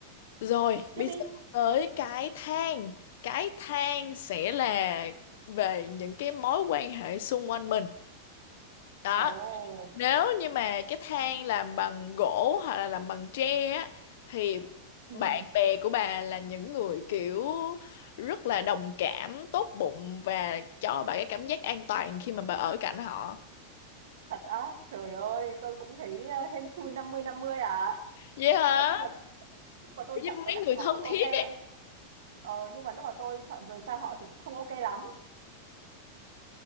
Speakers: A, on the left; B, on the right.
A: Rồi,
B: Tiếp
A: bây
B: đi.
A: giờ tới cái thang. Cái thang sẽ là về những cái mối quan hệ xung quanh mình. Đó
B: Ồ,
A: nếu như mà cái thang làm bằng gỗ hoặc là làm bằng tre á thì
B: ừ.
A: bạn bè của bà là những người kiểu rất là đồng cảm tốt bụng và cho bà cái cảm giác an toàn khi mà bà ở cạnh họ
B: Thật á, trời ơi, tôi cũng thấy ờ, hên xui năm mươi năm mươi à.
A: vậy hả
B: Nói chung là mà tôi
A: kiểu như
B: chọn ở
A: mấy
B: cạnh
A: người
B: họ
A: thân
B: thì ok
A: thiết ấy
B: ờ, nhưng mà lúc mà tôi chọn rời xa họ thì cũng không ok lắm